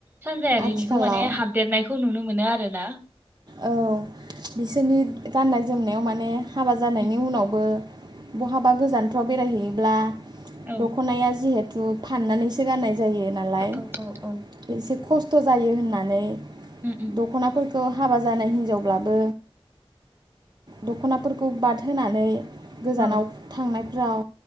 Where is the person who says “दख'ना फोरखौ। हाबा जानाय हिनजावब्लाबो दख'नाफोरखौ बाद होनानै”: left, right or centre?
Right